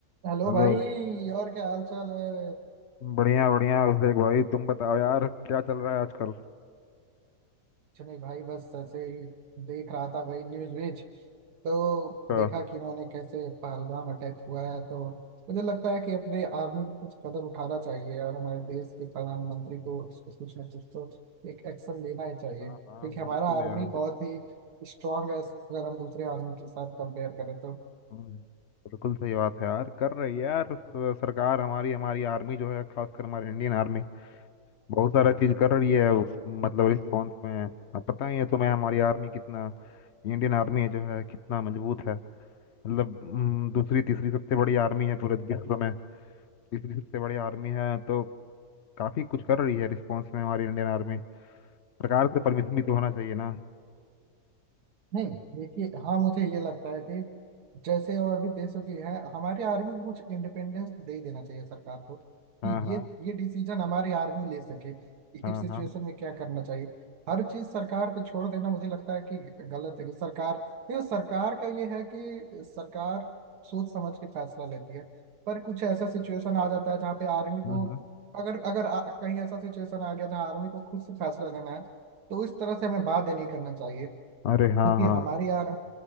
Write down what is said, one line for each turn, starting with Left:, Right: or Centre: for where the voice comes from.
Right: Hello
Left: हेलो
Right: भाई और क्या हाल चाल है
Left: बढ़िया बढ़िया अभिषेक भाई तुम बताओ यार क्या चल रहा है आजकल
Right: कुछ नहीं भाई बस ऐसे ही देख रहा था वही न्यूज व्यूज तो
Left: का
Right: देखा कि मैंने कैसे पहलगाम अटैक हुआ है तो मुझे लगता है कि अपने आर्मी को कुछ कदम उठाना चाहिए और हमारे देश के प्रधानमंत्री को इस पर कुछ ना कुछ तो एक एक्शन लेना ही चाहिए
Left: हाँ
Right: क्योंकि
Left: हाँ
Right: हमारा
Left: बिल्कुल
Right: आर्मी
Left: यार
Right: बहुत ही स्ट्रांग है अगर हम दूसरे आर्मी के साथ कंपेयर करें तो
Left: हम्म, बिल्कुल सही बात है यार कर रही है यार स- सरकार हमारी हमारी आर्मी जो है खासकर हमारी इंडियन आर्मी बहुत सारा चीज कर रही है उस मतलब रिस्पॉन्स में अब पता ही है तुम्हें हमारी आर्मी कितना इंडियन आर्मी जो है कितना मजबूत है मतलब हम्म, दूसरी तीसरी सबसे बड़ी आर्मी है पूरे विश्व में तीसरी सबसे बड़ी आर्मी है तो काफी कुछ कर रही है रिस्पॉन्स में हमारी इंडियन आर्मी सरकार से परमिशन भी तो होना चाहिए ना
Right: नहीं देखिए हाँ मुझे ये लगता है कि जैसे और भी देशों की है हमारी आर्मी को कुछ इंडिपेंडेंस तो दे ही देना चाहिए सरकार को कि
Left: हाँ हाँ
Right: ये ये डिसीजन हमारी आर्मी ले सके कि
Left: हाँ
Right: इस सिचुएशन
Left: हाँ
Right: में क्या करना चाहिए हर चीज सरकार पे छोड़ देना मुझे लगता है कि गलत है कि सरकार ये सरकार का ये है कि सरकार सोच समझ के फैसला लेती है पर कुछ ऐसा सिचुएशन आ जाता है जहाँ पे आर्मी को
Left: हम्म हम्म।
Right: अगर अगर आ, कहीं ऐसा सिचुएशन आ गया जहाँ आर्मी को खुद से फैसला लेना है तो इस तरह से हमें बात नहीं करना चाहिए
Left: अरे हाँ
Right: क्योंकि
Left: हाँ
Right: हमारी यार